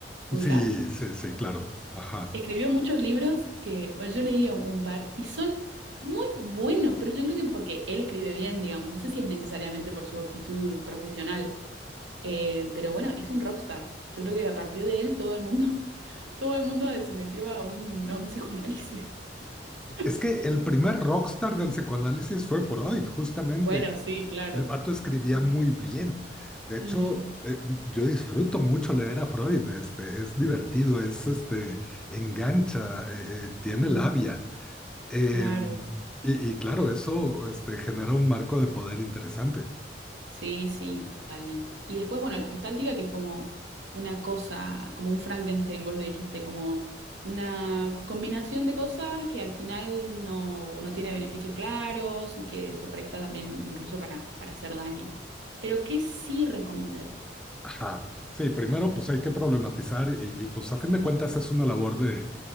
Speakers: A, on the right; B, in the centre.
A: ¿Lo
B: Sí,
A: ubicás?
B: sí, sí, claro. Ajá.
A: Escribió muchos libros que bueno, yo leía un par y son muy buenos, pero yo creo que porque él escribe bien, digamos. No sé si es necesariamente por su aptitud profesional, eh, pero bueno, es un rockstar. Yo creo que a partir de él todo el mundo, <laughs> todo el mundo se metió a un, a un psicoanálisis. <laughs>
B: Es que el primer rockstar del psicoanálisis fue Freud, justamente.
A: Bueno, sí, claro.
B: El vato escribía
A: Sí.
B: muy bien. De
A: Ujú,
B: hecho, eh, yo disfruto mucho leer a Freud. Este, es divertido, es este, engancha, eh, eh, tiene
A: ujú,
B: labia. Em,
A: claro.
B: y, y claro, eso este, genera un marco de poder interesante.
A: Sí, sí, totalmente. Y después, bueno, la gestáltica, que es como una cosa, como un Frankenstein, vos lo dijiste, como una combinación de cosas que al final no, no tiene beneficios claros y que se presta también incluso para, para hacer daño. Pero, ¿qué sí recomendarías?
B: Ajá. Sí, primero pues hay que problematizar y, y, pues a fin de cuentas es una labor de,